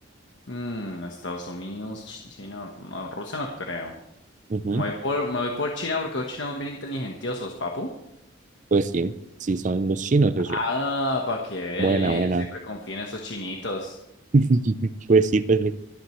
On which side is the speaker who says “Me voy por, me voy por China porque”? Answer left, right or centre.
Left